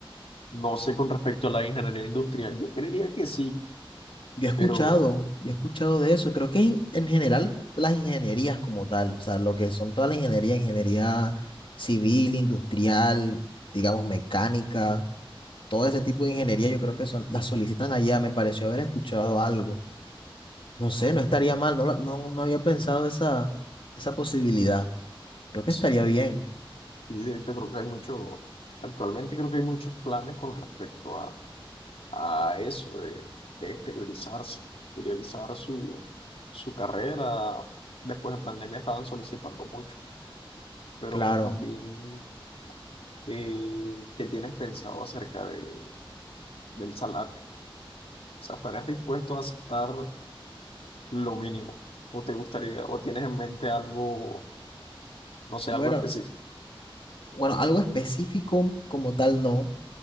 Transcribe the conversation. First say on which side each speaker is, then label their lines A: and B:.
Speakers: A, on the left; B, on the left.
A: No sé con respecto a la ingeniería industrial. Yo creería que sí,
B: Yo he escuchado,
A: pero
B: yo he escuchado de eso. Creo que en, en general las ingenierías como tal, o sea, lo que son toda la ingeniería, ingeniería civil, industrial, digamos mecánica, todo ese tipo de ingeniería, yo creo que son, las solicitan allá. Me pareció haber escuchado algo. No sé, no estaría mal, no, la- no, no había pensado esa, esa posibilidad. Creo que
A: sí,
B: estaría bien,
A: de hecho creo que hay mucho, actualmente creo que hay muchos planes con respecto a a eso de, de exteriorizarse, exteriorizar su, su carrera. Después de pandemia estaban solicitando mucho, pero
B: claro.
A: también eh, qué tienes pensado acerca de, del salario. O sea, ¿estarías dispuesto a aceptar lo mínimo? ¿O te gustaría, o tienes en mente algo, no sé,
B: Bueno,
A: algo específico?
B: bueno, algo específico como tal no,